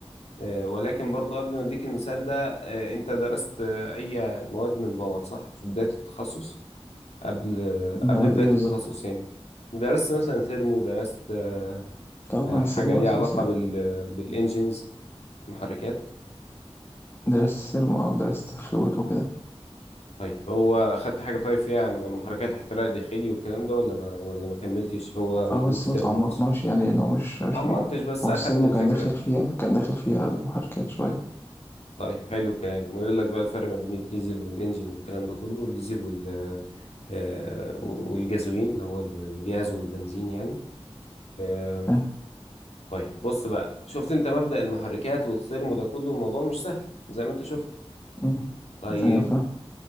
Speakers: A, on the left (about 80°); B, on the left (about 25°).
A: آه ولكن برضو قبل ما اديك المثال ده آه انت درست آه اي مواد من باور صح في بدايه التخصص قبل
B: المواد
A: قبل بداية
B: إيه بالظبط
A: التخصص يعني درست مثلا ثيرمو درست آه،
B: طبعا
A: حاجة
B: سيرمو
A: ليها
B: أساسي
A: علاقة بال بالإنجينز محركات
B: درست سيرمو أو درست فلويد وكده
A: طيب هو أخدت حاجة طيب فيها محركات احتراق داخلي والكلام ده ولا ما ولا ما كملتش هو بيدوك
B: اه بس
A: ثيرمو
B: ما تعمقناش
A: بس
B: يعني لأنه مش
A: ما
B: مش
A: تعمقتش
B: موضوع
A: بس
B: ما
A: أخدت
B: هو السيرمو
A: الفكرة
B: كان داخل فيها كان داخل فيها المحركات شوية
A: طيب حلو الكلام ويقول لك بقى الفرق ما بين الديزل والإنجين والكلام ده كله والديزل وال آه، والجازولين اللي هو الجاز والبنزين يعني آه،
B: فاهم
A: طيب بص بقى شفت انت مبدأ المحركات والثيرمو ده كله الموضوع مش سهل زي ما انت شفت
B: مم.
A: طيب
B: أيوة فاهم